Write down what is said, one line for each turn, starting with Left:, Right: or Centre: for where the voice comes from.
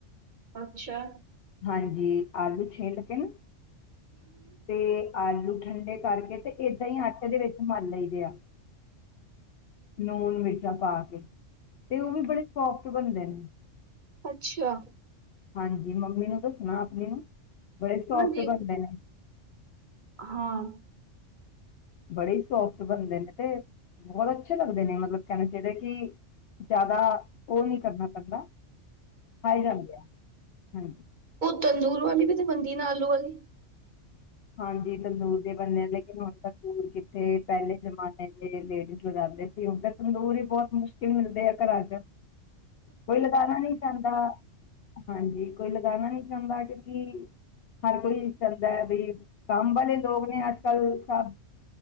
Right: ਅੱਛਾ
Left: ਹਾਂਜੀ ਆਲੂ ਛੇ ਲੱਗੇਨ ਤੇ ਆਲੂ ਹਠਡ ਕਰਕੇ ਤੇ ਏਦਾਂ ਹੀ ਆਟੇ ਦੇ ਵਿੱਚ ਮਨ ਲਈਦੇ ਆ ਨੂਣ ਵਿੱਚ ਪਾ ਕੇ ਤੇ ਉਹ ਵੀ ਬੜੇ ਸੋਫ ਬਣਦੇ ਨੇ
Right: ਅੱਛਾ
Left: ਹਾਂਜੀ ਮੰਮੀ ਆਪਮੀ ਨੂੰ ਤਾਂ ਸੁਣਾ ਆਪਣੀ ਨੂੰ ਬੜੇ ਸੌਫਟ
Right: ਹਾਂਜੀ
Left: ਬਣਦੇ ਨੇ,
Right: ਹਾਂ
Left: ਬੜੇ ਸੋਫਤ ਬਣਦੇ ਨੇ ਤੇ ਬਹੁਤ ਅੱਛੇ ਲੱਗਦੇ ਨੇ ਮਤਲਬ ਕਹਿਣੇ ਚਾਹੀਦਾ ਕਿ ਜ਼ਿਆਦਾ ਉਹ ਨਹੀਂੀ ਕਰਨਾ ਪੈਂਦਾ ਹਾਈ ਜਾਂਣ ਗਿਆ ਆ ਹਮ
Right: ਤੰਦੂਰ ਵਾਲੀ ਵੀ ਤੇ ਬਣਦੀ ਨਾ ਆਲੂ ਵਾਲੀ
Left: ਹਾਂਜੀ ਤੰਦੂਰ ਦੇ ਬੰਦੇ ਆ ਲੇਕਿਨ ਹੁਣ ਤੰਦੂਰ ਕਿੱਥੇ ਪਹਿਲੇ ਜ਼ਮਾਨੇ ਦੇ ਲੇਡੀਜ਼ ਲਗਾਉਦੇ ਸੀ ਉਹ ਤੰਦੂਰ ਹੀ ਬਹੁਤ ਮੁਸ਼ਕਿਲ ਮਿਲਦੇ ਆ ਘਰਾਂ ਚ ਕੋਈ ਲਗਾਉਣਾ ਨਹੀਂ ਚਾਹਦਾ ਹਾਂਜੀ ਕੋਈ ਲਗਾਣਾ ਨੀ ਚੰਦਾ ਕਿਉਂਕਿ ਹਰ ਕੋਈ ਚਹਦਾ ਹੈ ਵੀ ਕੰਮ ਵਾਲੇ ਲੋਕ ਨੇ ਅੱਜ ਕੱਲ ਸ